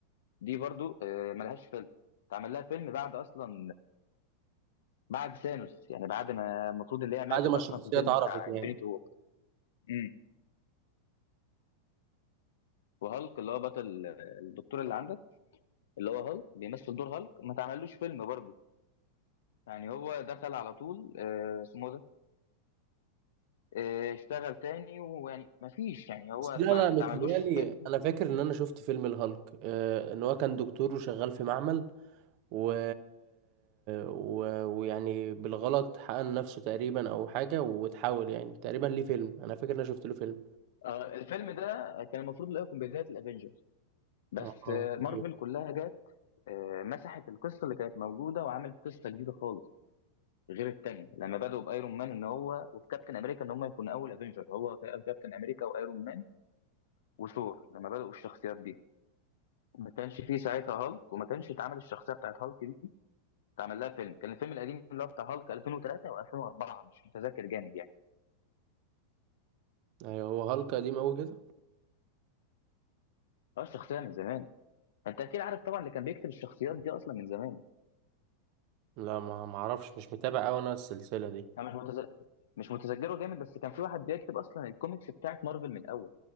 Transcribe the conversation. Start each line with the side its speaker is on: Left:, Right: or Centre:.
Left: دي برضو آه، ملهاش فيلم اتعمل لها فيلم بعد اصلا بعد ثانوس يعني بعد ما المفروض اللي هي ماتت
Right: بعد ما
Left: اصلا
Right: الشخصيه
Left: في الفيلم
Right: اتعرفت
Left: بتاع
Right: يعني
Left: انفينيتي وور امم وهالك اللي هو بطل الدكتور اللي عندك اللي هو هالك بيمثل دور هالك ما تعملوش فيلم برضه يعني هو دخل على طول آه، اسمه آه، اشتغل تاني ويعني ما فيش يعني هو
Right: بس لا
Left: ما
Right: لا
Left: ما
Right: متهيالي
Left: اتعملوش فيلم
Right: انا فاكر ان انا شفت فيلم الهالك آه ان هو كان دكتور وشغال في معمل و... و... ويعني بالغلط حقن نفسه تقريبا او حاجه وتحاول يعني تقريبا ليه فيلم انا فاكر ان انا شفت له فيلم
Left: آه، الفيلم ده كان المفروض اللي هو يكون بداية الافينجرز بس
Right: اه آه،
Left: آه، مارفل
Right: ايوه
Left: كلها جت آه، مسحت القصة اللي كانت موجودة وعملت قصة جديدة خالص غير التانية لما بدأوا بايرون مان ان هو وكابتن امريكا ان هم يكونوا اول افنجر هو كابتن امريكا وايرون مان وثور لما بدأوا الشخصيات دي ما كانش فيه ساعتها هالك وما كانش اتعمل الشخصية بتاعت هالك دي اتعمل لها فيلم كان الفيلم القديم اللي هو بتاع هالك 2003 و2004 مش متذكر جامد يعني
Right: ايوه هو هالك قديم قوي كده
Left: اه الشخصية من زمان انت اكيد عارف طبعا اللي كان بيكتب الشخصيات دي اصلا من زمان
Right: لا ما ما اعرفش مش متابع قوي انا السلسله دي
Left: انا مش متز... مش متذكره جامد بس كان في واحد بيكتب اصلا الكوميكس بتاعت مارفل من الاول